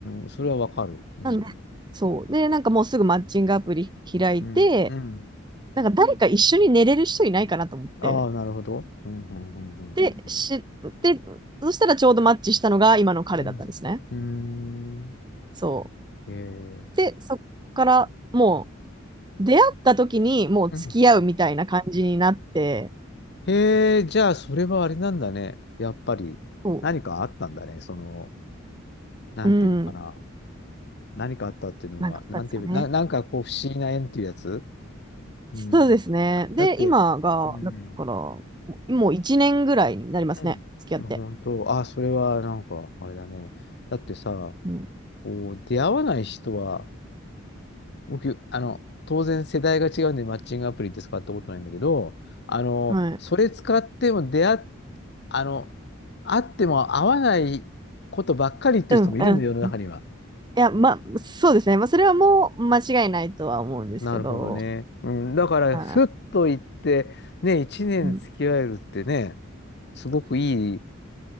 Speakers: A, on the left (about 55°); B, on the right (about 20°).
A: ん、それはわかる。うん、
B: なんで、そう。で、なんかもうすぐマッチングアプリ開いて、
A: うん、うん。
B: なんか誰か一緒に寝れる人いないかなと思って。
A: ああ、なるほど。うん、うん、うん、
B: で、し、で、そしたらちょうどマッチしたのが今の彼だったんですね。
A: うん、うん。うん。うんうーん
B: そ
A: へえ
B: う。で、そこから、もう、出会った時にもう付き合うみたいな感じになって、
A: うん。へえ、じゃあ、それはあれなんだね。やっぱり、
B: そ
A: 何かあったんだね。その、なんていうのかな。
B: う、うん、
A: 何かあったっていうのは、
B: なんかあったんですかね。
A: なんていう、な、なんかこう、不思議な縁っていうやつ
B: そうですね。
A: うん。
B: で、
A: だって、
B: 今が、
A: うん。
B: だから、もうも1年ぐらいになりますね、
A: うん。
B: 付き合って。
A: まあ、本当、あ、それはなんか、あれだね。だってさ、
B: うん、
A: こう、出会わない人は、僕、あの、当然世代が違うんで、マッチングアプリって使ったことないんだけど、あの、
B: はい。
A: それ使っても出会っあの、あっても合わないことばっかりっていう人もいるの、
B: うん、うん。
A: 世の中には。
B: いや、ま、そうですね。まあ、それはもう間違いないとは思うんですけど、
A: なるほどね。うん、だから、
B: はい。
A: ふっと行って、ね、一年付き合えるってね、
B: うん、
A: すごくいい、